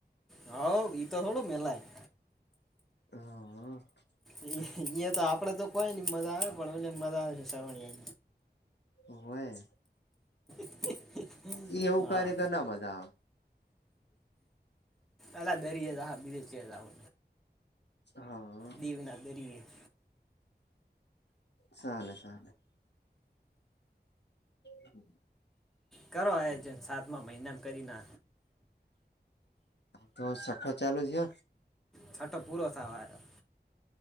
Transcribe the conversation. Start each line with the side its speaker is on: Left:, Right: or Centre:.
Centre: હ ઈ તો થોડો મેલાય
Left: હા
Centre: અહિયાયા તો આપડે તો કોઈ મજા આવે પણને મજા આવે છે સરવાણી
Left: હોય
Centre: આવી
Left: એ એવું
Centre: હા
Left: કરે તો ના બધા
Centre: અલા દરીયેા બી હો
Left: હા
Centre: દીવના દરિયા
Left: સલે ચલે હમ
Centre: કરો આયોજન સાતમા મહિનામ કરીને
Left: હ તો છઠ્ઠો ચાલુ છે
Centre: છઠો પૂરો થવાયો